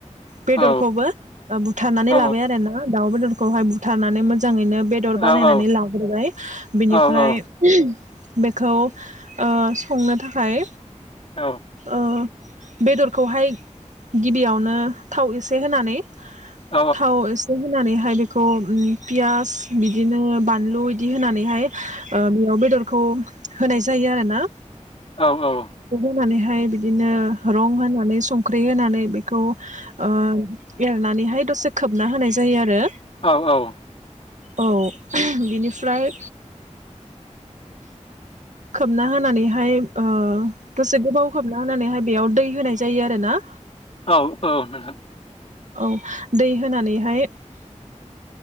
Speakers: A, on the right; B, on the left.
A: बेदरखौबो
B: औ
A: बुथारनानै
B: औ
A: लाबाय आरो ना दाउ बेदर। हाय बुथारनानै मोन। मोजाङैनो बेदर
B: औ
A: बानायनानै
B: औ
A: लाग्रोबाय बिनिफ्राय।
B: औ औ
A: बेखौ संनो थाखाय।
B: औ
A: अ। बेदरखौहाय गिबियावनो थाव एसे होनानै।
B: औ
A: थाव एसे होनानै। ओफ्राय बेखौ। पियास बिदिनो। बानलु। दि होनानै हाय ओ बेयाव बेद दरखौ होनाय जायो आरोना।
B: औ औ।
A: नानैहाय बिदिनो। रंग होनानै। संख्रि होनानै बे। खौ ओ। एरनानैहाय दसे खोबना होनाय जायो आरो।
B: औ औ।
A: औ बिनिफ्राय। खोबना होनानैहाय ओ दसे गोबाव खोबना। नाहोनानै हाय। बेयाव दै होनाय जायो आरो ना।
B: औ औ नोंथां।
A: औ दै होनानैहाय।